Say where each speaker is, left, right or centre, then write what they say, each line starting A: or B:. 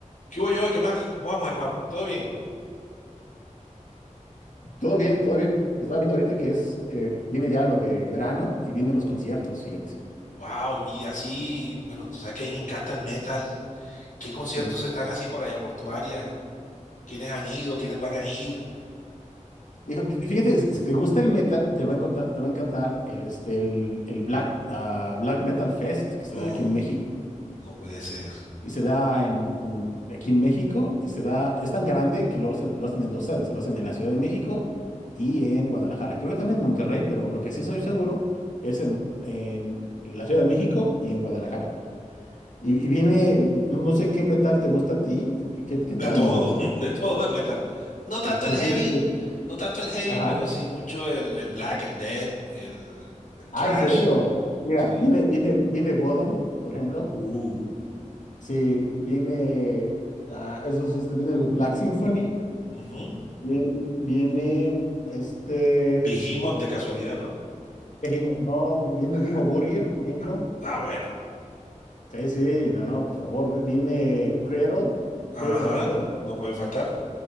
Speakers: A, on the left; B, on the left.
A: ¿Qué hubo yo? ¿Qué más? ¿Cómo vamos, hermano? ¿Todo bien?
B: Todo bien, todo bien. Estaba viendo ahorita que es, eh, viene ya lo de verano y vienen los conciertos, fíjate.
A: Wow, y así, bueno, tú sabes que a mí me encanta el metal. ¿Qué conciertos
B: Sí.
A: están así por allá por tu área? ¿Quiénes han ido? ¿Quiénes van a ir?
B: Dijo, fí- Fíjate, si si te gusta el metal, te va a encontrar- te va a encantar el, este, el, el Black, ah, Black Metal Fest que se
A: <gasps> Uh,
B: da aquí en México.
A: no puede ser.
B: Y se da en, en- aquí en México y se da, es tan grande que lo hacen, lo hacen en dos sedes, lo hacen en la Ciudad de México y en Guadalajara. Creo que también en Monterrey, pero lo que sí soy seguro es en, en la Ciudad de México y en Guadalajara. Y, y viene, no no sé qué metal te gusta a ti, o qué, qué, qué tan.
A: De todo, <laughs> de todo el metal. No tanto
B: Pues
A: el heavy,
B: fíjate que.
A: no tanto el heavy,
B: Ajá.
A: pero sí mucho el, el black, el death, el, el
B: Ah,
A: thrash.
B: en serio. Mira,
A: Sí.
B: viene, viene, viene Bodom, por ejemplo.
A: Uh.
B: Sí, viene. Ah, esos, este, viene el Black Symphony.
A: ujú.
B: Viene, viene este.
A: Behemoth de casualidad, ¿no?
B: dijimos no, viene
A: Ah,
B: Dimo Burger, por ejemplo.
A: ah, ah, bueno.
B: Sí, sí, no, no, por favor. vi- Viene Cradle,
A: Ajá,
B: Cradle of Filth.
A: no puede faltar.